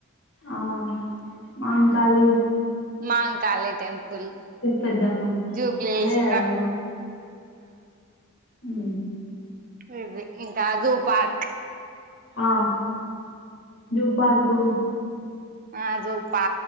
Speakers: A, on the left (about 60°); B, on the right (about 40°).
A: ఆ మ కాలి
B: మాంకాాల టెంపుల్
A: పెద్దమ్మ
B: జూబ్లీల్స్
A: అదే కదా ఉ
B: ఇది ఇంకా అదు పార్క్
A: ఆ జూ పార్ార్కు
B: ఆ జో పా